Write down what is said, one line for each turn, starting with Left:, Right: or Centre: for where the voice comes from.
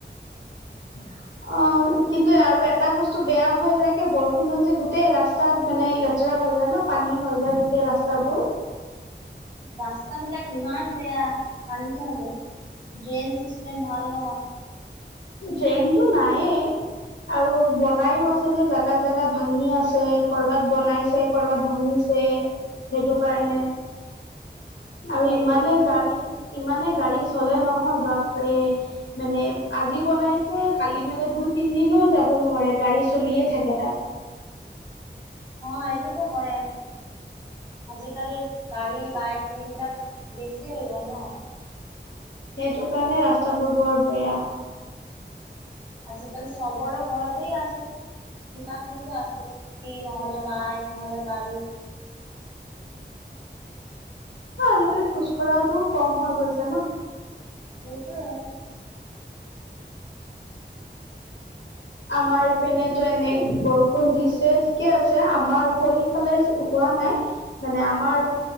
Left: <inaudible> অ', কিন্তু আৰু এটা বস্তু বেয়া হৈ যায় কি বৰষুণ হল যে গোটেই ৰাস্তাত মানে লেতেৰা হৈ যায় ন? পানী হৈ যায় গোটেই ৰাস্তাবোৰ।
Right: ৰাস্তাবিলাক ইমান বেয়া পানীতো হ'ব। ড্ৰেইন চিষ্টেম ভাল নহয়।
Left: ড্ৰেইন টো নাইয়ে। আৰু বনাইও আছে যে জেগা-জেগা ভাঙি আছে কৰবাত বনাইছে কৰবাত ভাঙিছে। সেইটো কাৰণে। আৰু
Right: এই
Left: ইমানে গাড়ী ইমানে গাড়ী চলে নহয় বাপৰে, মানে আজি বনাইছে কালি মানে দুই তিনদিনো যাব নোৱাৰে গাড়ী চলিয়ে থাকে তাত।
Right: অ', এইটোতো হয়। আজিকালি গাড়ী বাইক এইবিলাক বেছি হৈ গ'ল ন?
Left: সেইটো কাৰণে ৰাস্তাবোৰ বৰ বেয়া।
Right: আজিকালি চবৰে ঘৰতেই আছে। কিবা কিবিটো আছে স্কুটি নহলে বাইক নহলে গাড়ী।
Left: অ', আজিকালি খোজকঢ়াটোউ কম হৈ গৈছে ন।
Right: সেইটোৱে।
Left: আমাৰ ইপিনেতো এনে বৰষুণ দিছে ঠিকে আছে আমাৰ গলি ফালে হোৱা নাই। মানে আমাৰ